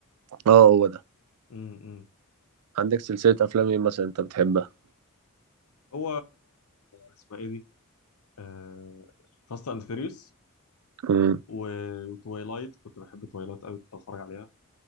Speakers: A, on the right (about 85°); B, on the left (about 75°).
A: اه هو ده
B: امم إمم.
A: عندك سلسلة أفلام إيه مثلا أنت بتحبها؟
B: هو اسمها ايه دي آه... فاست اند فيريوس
A: امم
B: و... وتوايلايت كنت بحب توايلايت قوي كنت بتفرج عليها